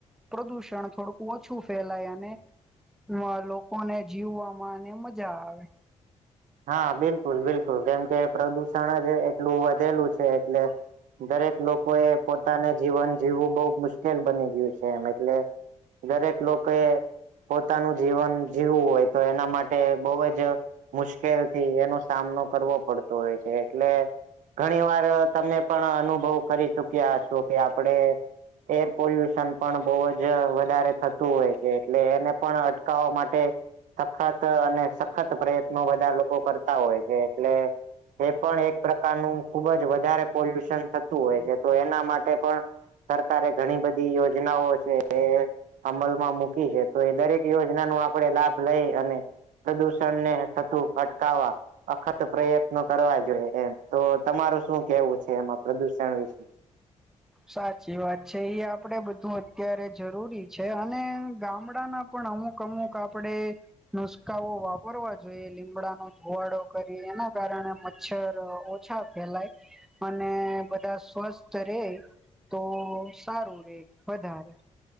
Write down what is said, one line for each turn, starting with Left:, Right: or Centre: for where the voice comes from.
Centre: પ્રદૂષણ થોડુંક ઓછું ફેલાય અને મા લોકોને જીવવામાંને મજા આવે.
Right: હા બિલકુલ બિલકુલ કેમ કે પ્રદુષણ જ એટલું વધેલું છે. એટલે દરેક લોકો એ પોતાને જીવન જીવવું બહુ મુશ્કેલ બની ગયું છે. એમ એટલે દરેક લોકો એ પોતાનું જીવન જીવવું હોય તો એના માટે બહુ જ મુશ્કેલથી એનો સામનો કરવો પડતો હોય છે. એટલે ઘણી વાર તમે પણ અનુભવ કરી ચુક્યા છો કે આપડે એર પોલ્યુશન પણ બઉજ વધારે થતું હોય છે. એટલે એને પણ અટકાવવા માટે સખત અને સખત પ્રયત્ન બધા લોકો કરતા હોય છે એટલે એ પણ એક નું ખુબ જ વધારે પોલ્યુશન થતું હોય છે તો એના માટે પણ સરકારે ઘણી બધી યોજનાઓ છે. અમલમાં મૂકી છે તો એ દરેક યોજના ન આપે લાભ લઈ અને પ્રદુષણને થતું અટકાવા અખત પ્રયત્નો કરવા જોઈએ. એમ તો તમાર શું કેવું છે એમાં પ્રદુષણ વિશે?
Centre: સાચી વાત છે ઈ આપડે બધું અત્યારે જરૂરી છે અને ગામડાના પણ અમુક અમુક આપડે નુસકાઓ વાપરવા જોઈએ લીમડાનો ધોવાડો કરીએ એના કારણે મચ્છર ઓછા ફેલાય અને બધા સ્વસ્થ રે તો સારું રે વધારે